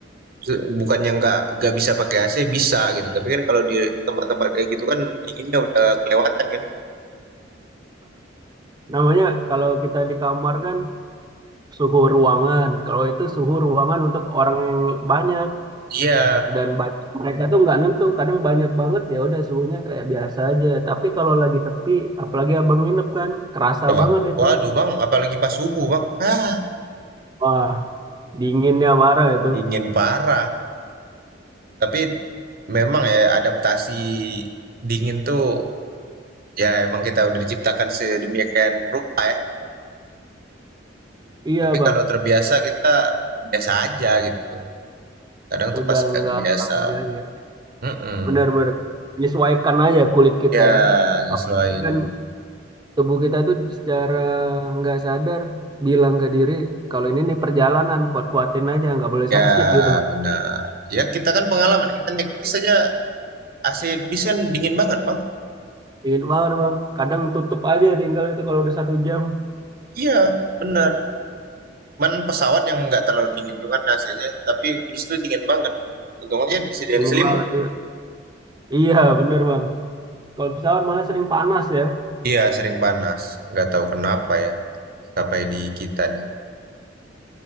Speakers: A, on the right; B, on the right.
A: se bukannya nggak nggak bisa pakai AC, bisa gitu, tapi kan kalau di tempat-tempat kayak gitu kan dinginnya udah kelewatan kan.
B: namanya kalau kita di kamar kan suhu ruangan. Kalau itu suhu ruangan untuk orang yang banyak
A: Iya,
B: dan banyak, mereka tuh nggak nentu. Kadang banyak banget ya udah suhunya kayak biasa aja. Tapi kalau lagi sepi, apalagi abang nginep kan, kerasa
A: Ya,
B: banget
A: Waduh,
B: itu.
A: Bang, apalagi pas subuh, Bang. Hah,
B: Wah, dinginnya parah itu.
A: dingin parah. Tapi memang ya adaptasi dingin tuh ya emang kita udah diciptakan sedemikian rupa ya.
B: Iya
A: Tapi
B: bang,
A: kalau terbiasa kita biasa aja gitu. Kadang tuh
B: udah
A: pas nggak
B: nggak
A: kebiasa.
B: aja ya.
A: Mm-mm.
B: Benar-benar menyesuaikan aja kulit kita
A: Ya
B: ya.
A: nyesuaiin.
B: Apalagi kan
A: bener.
B: tubuh kita tuh secara nggak sadar bilang ke diri kalau ini nih perjalanan kuat-kuatin aja nggak boleh
A: Ya
B: sakit gitu.
A: benar. Ya kita kan pengalaman. Kita naik bis aja AC bis kan dingin banget bang.
B: Ingin banget bang. Kadang tutup aja tinggal itu kalau udah satu jam.
A: Iya benar. Cuman pesawat yang nggak terlalu dingin tuh kan hasilnya. Tapi bis tuh dingin banget. Untung aja disediain
B: Ingin
A: selimut
B: banget.
A: kan.
B: Iya bener bang. Kalau pesawat malah sering panas ya.
A: Iya sering panas. Nggak tahu kenapa ya. Maskapai di kita nih.